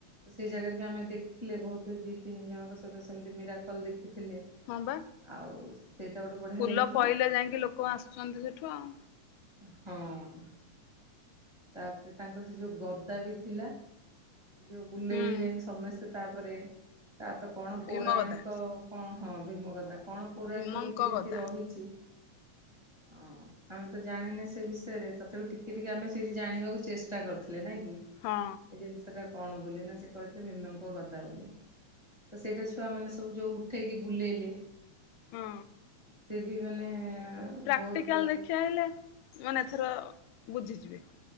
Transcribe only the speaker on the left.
ହଁ ବା।
ଫୁଲ
ପଇଲେ ଯାଇଁକି ଲୋକ ଆସୁଛନ୍ତି ସେଠୁ ଆଉ।
ହୁଁ।
ଭୀମ ଗଦା
ଭୀମଙ୍କ
ଗଦା।
ହଁ।
ହଁ।
ପ୍ରାକ୍ଟିକାଲ
ଦେଖି ହେଲେ ମାନେ ଏଥର ବୁଝିଯିବେ